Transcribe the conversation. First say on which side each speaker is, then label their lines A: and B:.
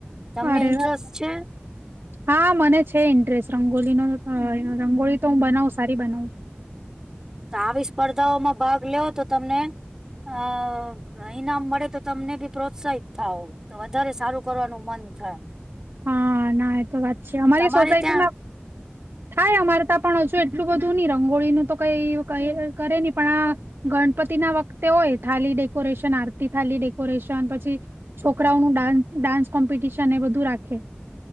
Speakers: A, on the right (about 15°); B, on the right (about 65°).
A: તમને
B: અરે
A: ઇન્ટરેસ્ટ
B: વાહ!
A: છે.
B: હા મને છે ઇન્ટરેસ્ટ રંગોલીનો રંગોળ તો હું બનાવ સારી બનાવું
A: હ આવી સ્પર્ધાઓમાં ભાગ લેવ તો તમને
B: <inaudible>
A: અ ઈનામ મળે તો તમને બી પ્રોત્સાહિત થાવ તો વધારે સારું કરવાનું મન થાય
B: હા ના એ તો વાત છે અમારી
A: તમારે
B: સોસાયટીમાં
A: ત્યાં
B: થાય અમારે ત પણ હજુ એટલું બધું નહી રંગોળીનુંું તો કઈ કરે નહી પણ આ ગણપતિ ના વખતે હોય થાલી ડેકોરેશન આરતી થાલી ડેકોરેશન પછી છોકરાઓ ન ડાન્સ કોમ્પિટિશન એ બધું રાખે